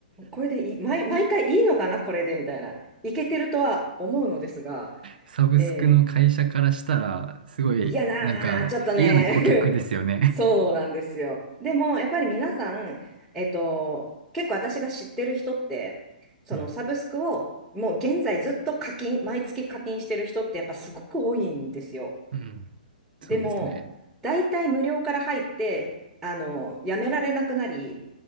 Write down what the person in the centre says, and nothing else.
これでいい、毎、毎回いいのかな、これでみたいな。いけてるとは思うのですが、
えー
嫌なー、
ちょっとね <laughs> そうなんですよ。でも、やっぱり皆さん、えっと、結構私が知ってる人って、そのサブスクをもう現在ずっと課金、
毎月課金してる人ってやっぱすごく多いんですよ。
でも、大体無料から入って、あの、やめられなくなり、